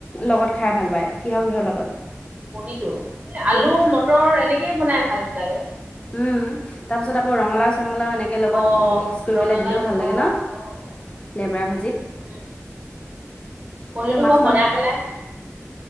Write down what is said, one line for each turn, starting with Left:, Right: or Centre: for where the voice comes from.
Left: লগত খাই ভাল পায়, কিহ-কিহৰ লগত?
Right: পনীৰটো, আলুৰ
Left: উম,
Right: মটৰ এনেকে বনাই ভাল লাগে।
Left: উম, তাৰ পিছত আকৌ ৰঙলাও-চঙলাও এনেক কে লগত,
Right: অ'।
Left: মিক্স কৰি
Right: ৰঙালাও
Left: পেলাই দিলেও ভাল লাগে
Right: অ',
Left: ন',
Right: অ', ভাল লাগে
Left: লেবেৰা ভাজিত।
Right: উম, পনীটো
Left: মানে মাছ
Right: মই বনাই
Left: মাংস
Right: পেলাই